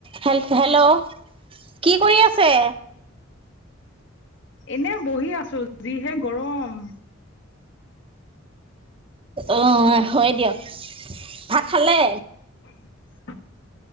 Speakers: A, on the right; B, on the left.
A: Hello hello কি কৰি আছে।?
B: এনে বহি আছ যিহে গৰম
A: অ হয় দিয়ক ভাত খালে
B: <inaudible>